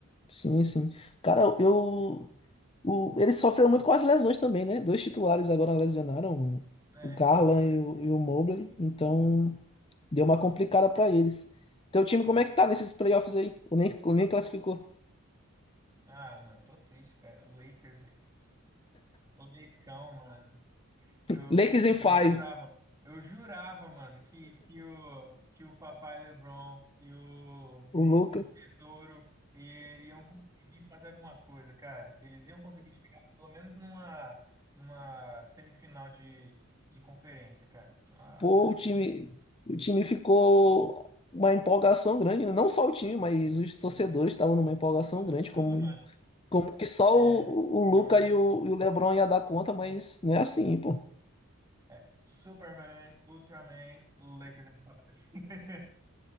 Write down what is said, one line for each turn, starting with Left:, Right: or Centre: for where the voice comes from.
Left: Sim, sim. Cara, eu. O, ele sofreu muito com as lesões também, né? Dois titulares agora lesionaram,
Right: É,
Left: o, o Garland
Right: então, é verdade.
Left: e o, e o Mobley, então deu uma complicada pra eles. Teu time,
Right: sim.
Left: como é que tá nesses playoffs aí? O nem, o nem classificou.
Right: Ah, mano, tô triste, cara. O Lakers, velho. O Leicão, mano. Eu
Left: Lakers
Right: fiquei,
Left: em five,
Right: eu jurava, eu jurava, mano, que, que o, que o Papai LeBron e o,
Left: o Luca.
Right: o Tesouro i- iam conseguir fazer alguma coisa, cara. Eles iam conseguir chegar pelo menos numa, numa semifinal de, de conferência, cara. Porque, Ah,
Left: Pô,
Right: mas
Left: o
Right: fiquei
Left: time,
Right: chateado.
Left: o time ficou uma empolgação grande, né? Não só o time, mas os torcedores estavam numa empolgação
Right: Todo
Left: grande,
Right: mundo,
Left: como,
Right: mano.
Left: como que só
Right: É,
Left: o, o
Right: não
Left: Luca
Right: é?
Left: e o, e o LeBron ia dar conta, mas não é assim, pô.
Right: É, Superman, Ultraman, Lakers em Fire.